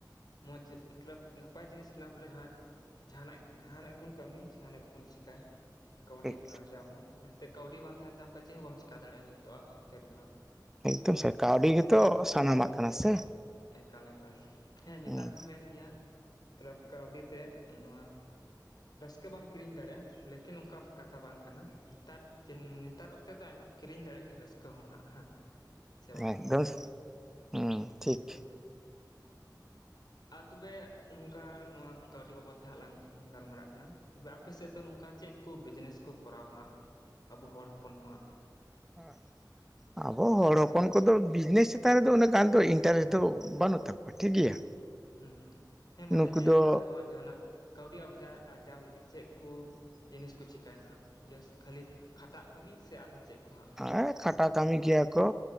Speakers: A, on the left; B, in the centre.
A: ᱢᱚᱡᱽ ᱢᱟᱛᱞᱟᱹᱵ ᱱᱟᱯᱟᱭ ᱡᱤᱱᱤᱥ ᱠᱟᱱᱟ ᱵᱚᱞᱮ ᱡᱟᱦᱟᱸ᱾ ᱡᱟᱦᱟᱱᱟᱜ ᱡᱟᱦᱟᱱᱟᱜ ᱜᱮᱵᱚᱱ ᱠᱟᱹᱢᱤ ᱡᱟᱦᱟᱱᱟᱜ ᱜᱮᱵᱚᱱ ᱪᱤᱠᱟᱭᱼᱼ ᱠᱟᱹᱣᱰᱤ
B: ᱴᱷᱤᱠ
A: ᱵᱚᱱ ᱟᱨᱡᱟᱣᱢᱟ ᱮᱱᱛᱮᱫ ᱠᱟᱹᱣᱰᱤ ᱵᱟᱝ ᱛᱟᱦᱮᱱ ᱛᱟᱢ ᱠᱷᱟᱡ ᱪᱮᱫ ᱦᱚᱸ ᱵᱟᱢ ᱪᱮᱠᱟ ᱫᱟᱲᱮᱭᱟᱜᱼᱟ ᱱᱤᱛᱚᱜᱼᱟ ᱚᱠᱛᱮ ᱨᱮᱫᱚ ᱦᱟᱸᱜ᱾
B: ᱢᱤᱫᱫᱚᱢ ᱥᱮ ᱠᱟᱹᱣᱰᱤ ᱜᱮᱛᱚ ᱥᱟᱱᱟᱢᱟᱜ ᱠᱟᱱᱟ ᱥᱮ?
A: ᱮᱠᱟᱞ ᱮᱠᱟᱞ ᱦᱮᱸ ᱱᱮᱛᱟᱨ
B: ᱦᱩᱸ
A: ᱠᱚ ᱢᱮᱱ ᱜᱮᱭᱟ ᱢᱟᱹᱛᱞᱟᱹᱵ ᱠᱟᱹᱣᱰᱤ ᱛᱮ ᱱᱚᱣᱟᱼᱼ ᱨᱟᱹᱥᱠᱟᱹ ᱵᱟᱢ ᱠᱤᱨᱤᱧ ᱫᱟᱲᱮᱭᱟᱜ-ᱟ ᱞᱮᱠᱤᱱ ᱚᱱᱠᱟ ᱠᱟᱛᱷᱟ ᱵᱟᱝ ᱠᱟᱱᱟ ᱱᱮᱛᱟᱨᱼᱼ ᱪᱤᱱ ᱱᱮᱛᱟᱨ ᱚᱠᱛᱮ ᱫᱚ ᱟᱭᱢᱟᱢ ᱠᱤᱨᱤᱧ ᱫᱟᱲᱮᱜ ᱜᱮᱭᱟ ᱨᱟᱹᱥᱠᱟᱹ ᱦᱚᱸ ᱦᱟᱸᱜ᱾ ᱥᱮ ᱵᱟᱝ
B: ᱮᱠᱫᱚᱢ ᱦᱩᱸ ᱴᱷᱤᱠ᱾
A: ᱦᱮᱸ ᱦᱮᱸ ᱟᱨ ᱛᱚᱵᱮ ᱱᱚᱝᱠᱟ ᱱᱚᱣᱟ ᱠᱟᱹᱣᱰᱤ ᱵᱟᱵᱚᱫ ᱛᱮ ᱦᱟᱸᱜ ᱞᱟᱝ ᱜᱟᱞᱢᱟᱨᱟᱜ ᱠᱟᱱᱟ᱾ ᱛᱚᱵᱮ ᱟᱯᱮ ᱥᱮᱫ ᱫᱚ ᱱᱚᱝᱠᱟ ᱪᱮᱫ ᱠᱚ ᱵᱤᱡᱽᱱᱮᱥ ᱠᱚ ᱠᱚᱨᱟᱣ ᱦᱟᱸᱜ ᱟᱵᱚ ᱦᱚᱲ ᱦᱚᱯᱚᱱ ᱠᱚ ᱦᱟᱸᱜ᱾
B: ᱚᱸ ᱟᱵᱚ ᱦᱚᱲ ᱦᱚᱯᱚᱱ ᱠᱚᱫᱚ ᱵᱤᱡᱽᱱᱮᱥ ᱪᱮᱛᱟᱱ ᱨᱮᱫᱚ ᱩᱱᱟᱹᱜ ᱜᱟᱱ ᱫᱚ ᱤᱱᱴᱟᱨᱮᱥᱴ ᱫᱚ ᱵᱟᱹᱱᱩᱜ ᱛᱟᱠᱚᱣᱟ᱾ ᱴᱷᱤᱠ ᱜᱮᱭᱟ᱾
A: ᱦᱩᱸ ᱦᱩᱸ ᱦᱮᱸ ᱢᱟᱱᱮ
B: ᱱᱩᱠᱩ
A: ᱪᱮᱫ
B: ᱫᱚ
A: ᱞᱮᱠᱟᱱ ᱠᱚ ᱦᱟᱜ ᱡᱟᱦᱟᱱᱟᱜ᱾ ᱠᱟᱹᱣᱰᱤ ᱟᱨᱡᱟ ᱟᱨᱡᱟᱣ ᱞᱟᱹᱜᱤᱫ ᱪᱮᱫ ᱠᱚ ᱡᱤᱱᱤᱥ ᱠᱚ ᱪᱤᱠᱼᱼ ᱪᱤᱠᱟᱭᱟ ᱦᱟᱸᱜ ᱡᱟᱥ ᱠᱷᱟᱹᱞᱤ ᱠᱷᱟᱴᱟᱜ ᱠᱟᱹᱢᱤ ᱥᱮ ᱟᱨᱦᱚᱸ ᱪᱮᱫ ᱠᱚ ᱦᱟᱸᱜ?
B: ᱦᱮᱸ ᱠᱷᱟᱴᱟ ᱠᱟᱹᱢᱤ ᱜᱮᱭᱟ ᱠᱚ